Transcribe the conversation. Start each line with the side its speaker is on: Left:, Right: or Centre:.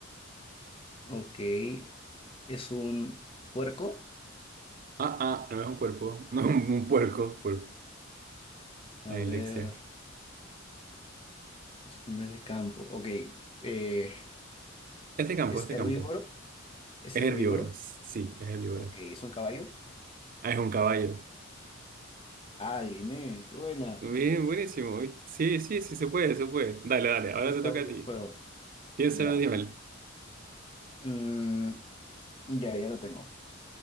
Left: ok. ¿Es un puerco?
Right: Ah, ah, no es un cuerpo, no es un, un puerco, cuerpo.
Left: A
Right: La dislexia.
Left: ver, no es el campo. Ok, eh,
Right: Es de campo,
Left: ¿es
Right: es de
Left: herbívoro?
Right: campo.
Left: ¿Es
Right: Es
Left: herbívoro?
Right: herbívoro, sí, es herbívoro.
Left: Ok, ¿es un caballo?
Right: Ah, es un caballo.
Left: Ah, adiviné, qué buena.
Right: Bien, buenísimo, ¿viste? Sí, sí, sí, se puede, se puede. Dale, dale, ahora
Left: Está
Right: te toca
Left: bueno
Right: a ti.
Left: el juego.
Right: Piensa
Left: Ya.
Right: en un animal.
Left: mm, ya, ya lo tengo.